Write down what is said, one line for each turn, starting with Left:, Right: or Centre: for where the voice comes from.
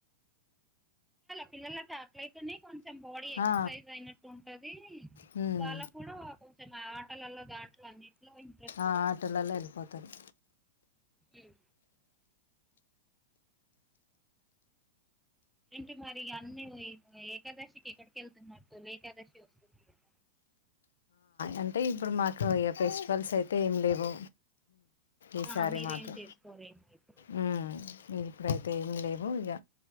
Centre: పిల్లలకి అట్లయితేనే కొంచెం బాడీ ఎక్సర్సైజ్
Left: ఆ!
Centre: అయినట్టు ఉంటది
Left: హ్మ్.
Centre: వాళ్ళ కూడా కొంచెం ఆటలల్లో దాంట్లో అన్నిట్లో ఇంట్రెస్ట్
Left: ఆటోలల్లో
Centre: వస్తుంది
Left: వెళ్ళిపోతాంది
Centre: హ్మ్ ఏంటి మరి అన్ని ఏకాదశికి ఎక్కడికి వెళ్తున్నట్టు తొలి ఏకాదశి వస్తుంది కదా
Left: అంటే ఇప్పుడు మాకు ఇగ ఫెస్టివల్స్ అయితే ఏమి లేవు ఈసారి
Centre: ఆ మీరేం
Left: మాకు
Centre: చేసుకోరెమో ఇప్పుడు
Left: మ్మ్ ఇప్పుడైతే ఏమి లేవు ఇగ